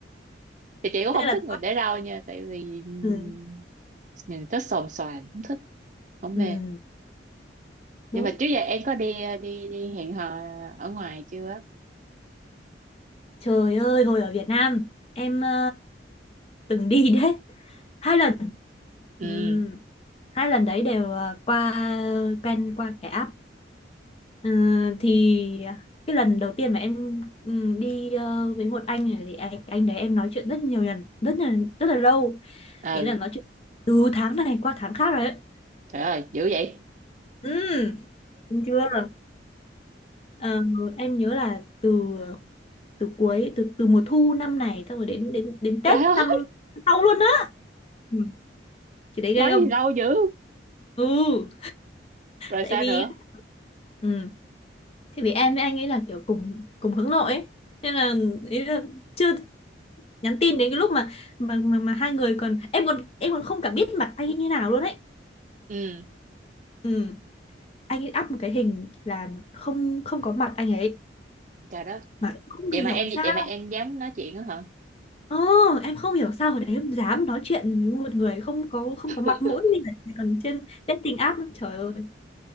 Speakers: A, on the right; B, on the left.
A: thì chị cũng không
B: thế là
A: thích người để râu nha tại vì ừm,
B: ừ,
A: nhìn rất xồm xoàm không thích không
B: ừ,
A: mê
B: đúng
A: nhưng mà trước giờ em có đi ờ, đi đi hẹn hò ở ngoài chưa
B: Trời ơi, hồi ở Việt Nam em ờ, từng đi đến hai lần
A: ừ
B: Ừ. hai lần đấy đều à, qua quen qua cái app Ờ, thì cái lần đầu tiên mà em ừ, đi ờ, với một anh này thì anh, anh đấy em nói chuyện rất nhiều lần rất là rất là lâu
A: ừ
B: ý là nói chuyện từ tháng này qua tháng khác rồi đấy
A: trời ơi dữ vậy
B: Ừ. Đúng chưa Ờ, em nhớ là từ từ cuối từ từ mùa thu năm này xong rồi đến đến đến Tết
A: <laughs> trời
B: năm
A: ơi
B: sau luôn á Ừ, chị đấy
A: nói
B: ghê không
A: gì lâu dữ
B: ừ
A: rồi
B: tại
A: sao
B: vì
A: nữa
B: ừ, thì vì em với anh ấy là kiểu cùng cùng hướng nội ấy. nên là ý là chưa nhắn tin đến cái lúc mà mà mà, mà hai người còn em còn em còn không cả biết mặt anh ấy như nào luôn ấy
A: ừ
B: ừ. anh ấy up một cái hình là không không có mặt anh ấy
A: trời đất
B: mà em không
A: vậy
B: hiểu
A: mà em
B: sao
A: vậy mà em dám nói chuyện đó hả
B: ờ, em không hiểu sao hồi đấy em dám nói chuyện với một người không có không
A: <laughs>
B: có mặt mũi gì cả, còn trên dating app nữa. trời ơi